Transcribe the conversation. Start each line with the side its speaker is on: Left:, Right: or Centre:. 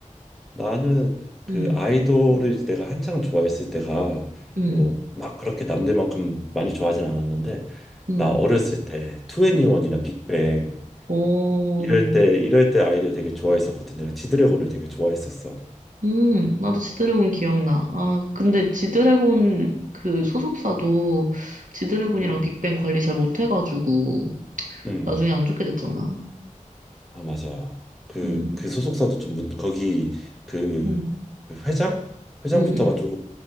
Centre: 나는 그
Right: 응,
Centre: 아이돌을 내가 한창 좋아했을 때가
Right: 응,
Centre: 뭐 막 그렇게 남들만큼 많이 좋아하진 않았는데
Right: 응,
Centre: 나 어렸을 때 투애니원이나
Right: 응.
Centre: 빅뱅
Right: 어,
Centre: 이럴 때 이럴 때 아이돌 되게 좋아했었거든. 내가 지드래곤을 되게 좋아했었어.
Right: 음, 나도 지드래곤 기억나. 아, 근데 지드래곤 그 소속사도 지드래곤이랑
Centre: 음,
Right: 빅뱅 관리 잘 못해가지고
Centre: 음.
Right: 나중에 안 좋게 됐잖아.
Centre: 아 맞아 그
Right: 음,
Centre: 그 소속사도 좀 문, 거기 그,
Right: 음,
Centre: 그 회장 회장부터가
Right: 음, 음.
Centre: 조금